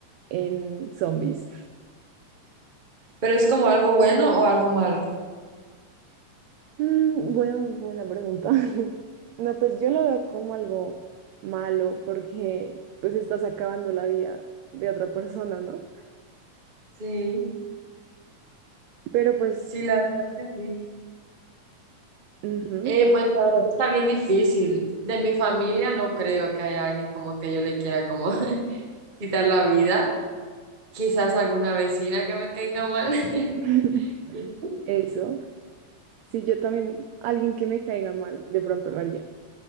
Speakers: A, on the right; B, on the right.
A: en zombies?
B: Pero es como algo bueno o algo malo.
A: Mm, bueno, buena pregunta. <laughs> No, pues yo lo veo como algo malo porque pues estás acabando la vida de otra persona, ¿no?
B: Sí,
A: Pero pues,
B: sí, la verdad que sí.
A: ujú,
B: Eh, pues la verdad está bien difícil. De mi familia no creo que haya alguien como que yo le quiera como <laughs> quitar la vida. Quizás alguna vecina que me caiga mal. <laughs>
A: <laughs>
B: Y-
A: eso. Sí, yo también, alguien que me caiga mal, de pronto lo haría.